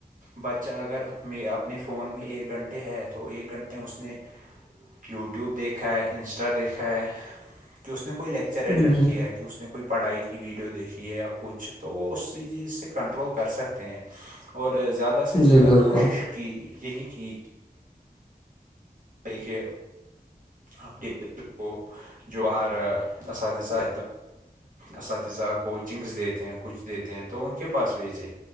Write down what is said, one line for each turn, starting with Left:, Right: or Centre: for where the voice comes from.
Right: بچہ اگر میں اپنے فون میں ایک گھنٹے ہے تو ایک گھنٹے اس نے یوٹیوب دیکھا ہے انسٹا دیکھا ہے کہ اس نے کوئی لیکچر
Left: جی
Right: اٹینڈ کیا ہے کہ اس نے کوئی پڑھائی کی ویڈیو دیکھیے یا کچھ تو وہ اسی چیز سے کنٹرول کر سکتے ہیں اور زیادہ سے
Left: جی
Right: زیادہ
Left: بالکل
Right: کوشش کی یہی کی کہ اپنےر کو جو ہر اساتذہ اساتذہ کوچنگس دیتے ہیں کچ دیتے ہیں تو ان کے پاس بھیجے